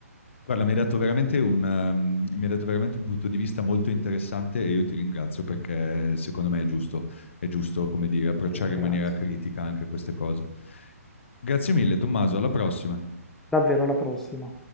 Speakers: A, on the left; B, in the centre.
A: Guarda, mi hai dato veramente un, um, mi hai dato veramente un punto di vista molto interessante e io ti ringrazio perché secondo me è giusto, è giusto, come dire, approcciare
B: Ti ringrazio.
A: in maniera critica anche queste cose. Grazie mille, Tommaso, alla prossima.
B: Davvero, alla prossima.